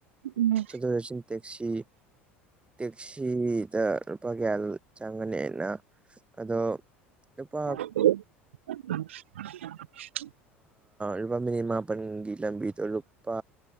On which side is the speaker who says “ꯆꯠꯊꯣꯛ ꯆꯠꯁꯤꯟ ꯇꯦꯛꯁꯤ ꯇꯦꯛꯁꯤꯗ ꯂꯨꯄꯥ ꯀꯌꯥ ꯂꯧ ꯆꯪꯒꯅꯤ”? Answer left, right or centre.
Right